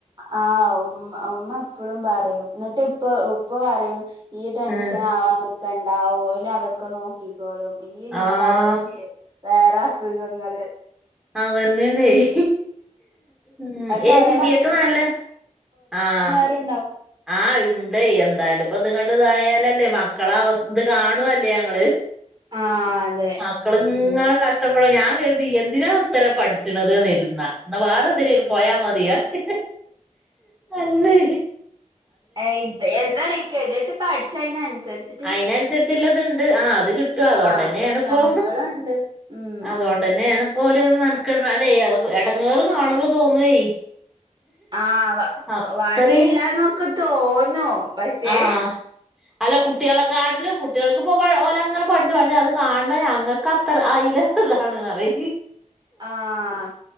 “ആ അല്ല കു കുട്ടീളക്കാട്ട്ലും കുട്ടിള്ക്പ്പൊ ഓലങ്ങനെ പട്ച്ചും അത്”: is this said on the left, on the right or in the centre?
Centre